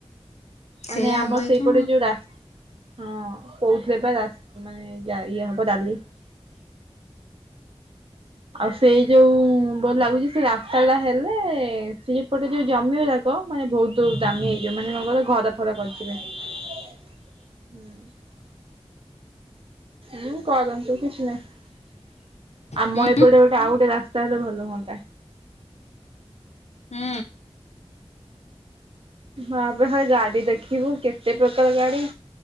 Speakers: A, on the left (about 85°); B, on the right (about 60°).
A: ସେଇଆ
B: ମାନେ ଆମର
A: ହବ ଏଇ
B: ସେଇପଟେ
A: କଣ
B: ଯୋଉ ରା, ହଁ କୋଉଥିଲେ ବା ରା ମାନେ ଯ ଇଏ ହବ ରାଲି। ଆଉ ସେଇ ଯୋଉ ବ ଲାଗୁଛି ସେ ରାସ୍ତା ଟା ହେଲେ, ସେ ଯପଟେ ଯୋଉ ଜମି କହ ମାନେ ବହୁତ ଦାମୀ ହେଇଯିବ ମାନେ କ କହ ଘର ଫଲ <unintelligible> ହୁଁ କରନ୍ତୁ କିଛି ନାହିଁ। ଆମ
A: ହୁଁ।
B: ଏପଟେ ଗୋଟେ ଆଉ ଗୋଟେ ରାସ୍ତା ହେଲେ ଭଲ ହୁଅନ୍ତା।
A: ହୁଁ।
B: ହଁପ ହରେ ଗାଡି ଦେଖିବୁ କେତେ ପ୍ରକାର ଗାଡି